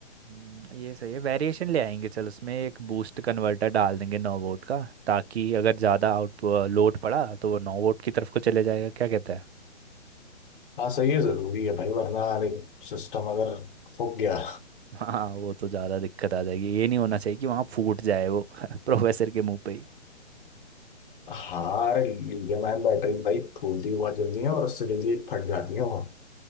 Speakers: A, on the right; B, on the left.
A: हम्म, ये सही है वेरिएशन ले आएंगे चल उसमें एक बूस्ट कन्वर्टर डाल देंगे नौ वोल्ट का ताकि अगर ज़्यादा आउट लोड पड़ा तो वो नौ वोल्ट की तरफ को चले जाएगा क्या कहता है
B: हाँ सही है जरूरी है भाई वरना सिस्टम अगर फूक गया
A: हाँ वो तो ज़्यादा दिक्कत आ जाएगी ये नहीं होना चाहिए कि वहाँ फूट जाए वो <laughs> प्रोफेसर के मुंह पे ही
B: हार लिथियम आयन बैटरीज भाई फूलती भी बहुत जल्दी है और उससे जल्दी फट जाती है वो